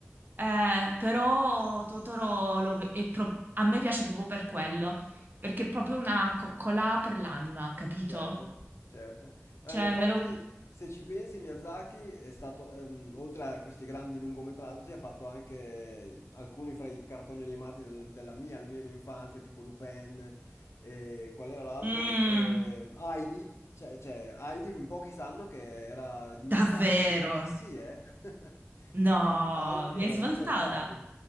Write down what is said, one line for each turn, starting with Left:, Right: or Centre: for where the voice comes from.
Right: Eh, però Totoro lo ve- è pro- a me piace proprio per quello, perché è proprio una coccola per l'anima, capito?
Left: Certo, certo. Eh,
Right: Cioè,
Left: ma infatti,
Right: me lo...
Left: se ci pensi, Miyazaki è stato, ehm, oltre a questi grandi lungometraggi, ha fatto anche alcuni fra i cartoni animati del- della mia, almeno infanzia, tipo Lupin, e qual era l'altro?
Right: Mm,
Left: Ehm, Heidi, cioè, cioè, Heidi in pochi sanno che era di
Right: davvero?
Left: Miyazaki. Eh sì, eh? <laughs>
Right: No,
Left: Ah, Heidi
Right: mi
Left: era
Right: hai svoltata.
Left: di Miyazaki.